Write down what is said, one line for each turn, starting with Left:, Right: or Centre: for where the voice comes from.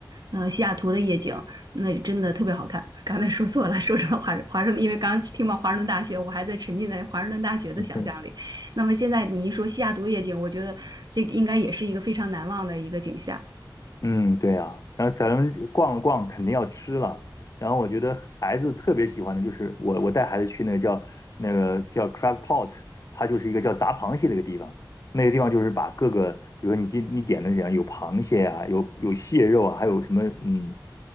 Right: 呃，西雅图的夜景，那真的特别好看。刚才说错了，说成了华华盛顿，因为刚听到华盛顿大学，我还在沉浸在华盛顿大学的想象里。
Left: 嗯，对，
Right: 那么现在你一说西雅图夜景，我觉得这个应该也是一个非常难忘的一个景象。
Left: 嗯，对呀，然后咱们逛了逛，肯定要吃了。然后我觉得孩子特别喜欢的就是我，我带孩子去那个叫那个叫 crab pot，它就是一个叫砸螃蟹的一个地方。那个地方就是把各个，比如说你今你点的怎样，有螃蟹啊，有有蟹肉啊，还有什么嗯